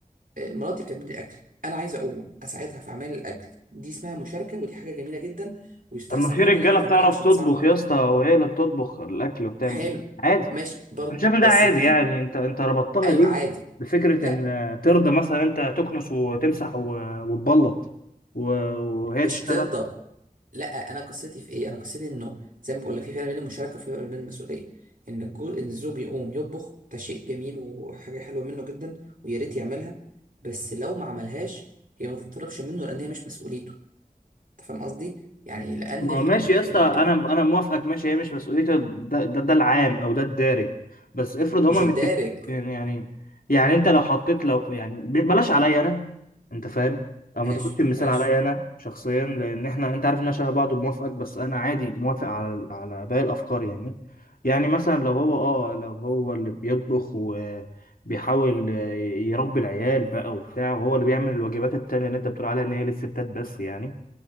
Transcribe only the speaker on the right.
آه، مراتي بتعمل لي الاكل انا عايز اقوم اساعدها في اعمال الاكل دي اسمها مشاركة ودي حاجة جميلة جدا ويستحسن
جدا
ان انت تعملها
عشان
تساعد مراتك
حلو
ماشي برضه
بس
دي
ايوه
عادي
لا
مش
ترضى لا انا قصتي في ايه انا قصتي انه زي ما بقول لك في فرق بين المشاركه وفي فرق بين المسؤوليه ان الجو... ان الزوج يقوم يطبخ ده شيء جميل وحاجه حلوه منه جدا ويا ريت يعملها بس لو ما عملهاش هي ما تطلبش منه لان هي مش مسؤوليته انت فاهم قصدي يعني لان
ال...
ال...
ال...
ال...
مش الدارج
ماشي
ماشي